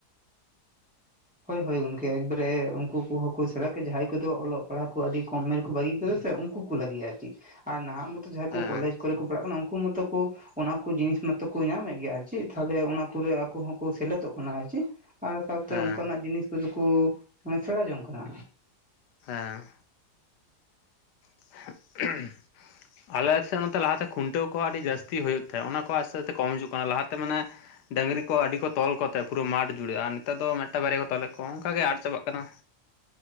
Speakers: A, in the centre; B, on the left (about 85°).
A: ᱦᱳᱭ ᱦᱳᱭ ᱜᱚᱝᱠᱮ ᱮᱠᱵᱟᱨᱮ ᱩᱱᱠᱩ ᱠᱚᱦᱚᱸᱠᱚ ᱥᱮᱬᱟ ᱠᱮ ᱡᱟᱦᱟᱸᱭ ᱠᱚᱫᱚ ᱚᱞᱚᱜ ᱯᱟᱲᱦᱟᱜ ᱠᱚ ᱟᱹᱰᱤ ᱠᱚᱢ ᱩᱢᱮᱨ ᱨᱮ ᱠᱚ ᱵᱟᱹᱜᱤᱭ ᱠᱟᱫᱟ ᱥᱮ ᱩᱝᱠᱩ ᱠᱚ ᱞᱟᱹᱜᱤᱫ ᱟᱨ ᱪᱮᱫ, ᱟᱨ ᱱᱟᱦᱟᱜ ᱢᱚᱛᱚ ᱡᱟᱦᱟᱸᱭ
B: ᱦᱮᱸ
A: ᱠᱚ ᱠᱚᱞᱮᱡᱽ ᱠᱚᱨᱮ ᱠᱚ ᱯᱟᱲᱦᱟᱜ ᱠᱟᱱᱟ ᱩᱝᱠᱩ ᱢᱚᱛᱚ ᱠᱚ ᱚᱱᱟᱠᱚ ᱡᱤᱱᱤᱥ ᱢᱟᱛᱚ ᱠᱚ ᱧᱟᱢᱮᱫ ᱜᱮᱭᱟ ᱟᱨ ᱪᱮᱫ ᱛᱟᱦᱞᱮ ᱚᱱᱟᱠᱨᱮ ᱟᱠᱚ ᱦᱚᱸᱠᱚ ᱥᱮᱞᱮᱫᱚᱜ ᱠᱟᱱᱟ ᱟᱨ ᱪᱮᱫ᱾ ᱟᱨ ᱥᱟᱶᱛᱮ
B: ᱦᱮᱸ
A: ᱚᱱᱠᱟᱱᱟᱜ ᱡᱤᱱᱤᱥ ᱠᱚᱫᱚ ᱠᱚ ᱥᱮᱬᱟ ᱡᱚᱝ ᱠᱟᱱᱟ᱾
B: ᱦᱮᱸ᱾ <inaudible> ᱟᱞᱮ ᱥᱮᱫ ᱱᱚᱛᱮ ᱞᱟᱦᱟᱛᱮ ᱠᱷᱩᱱᱴᱟᱹᱣ ᱠᱚᱦᱚᱸ ᱟᱹᱰᱤ ᱡᱟᱹᱥᱛᱤ ᱦᱩᱭᱩᱜ ᱛᱟᱸᱦᱮᱜ, ᱚᱱᱟ ᱠᱚ ᱟᱥᱛᱮ ᱟᱥᱛᱮ ᱠᱚᱢ ᱦᱤᱡᱩᱜ ᱠᱟᱱᱟ ᱞᱟᱦᱟᱛᱮ ᱢᱟᱱᱮ ᱰᱟᱹᱝᱨᱤ ᱠᱚ ᱟᱹᱰᱤ ᱠᱚ ᱛᱚᱞ ᱠᱚ ᱠᱚᱛᱮ ᱯᱩᱨᱟᱹ ᱢᱟᱴ ᱡᱩᱲᱮ, ᱟᱨ ᱱᱮ ᱱᱮᱛᱟᱨ ᱫᱚ ᱢᱮᱫᱴᱟ ᱵᱟᱨᱭᱟ ᱠᱚ ᱛᱚᱞᱮᱜ ᱠᱚ, ᱚᱝᱠᱟ ᱜᱮ ᱟᱫ ᱪᱟᱵᱟᱜ ᱠᱟᱱᱟ᱾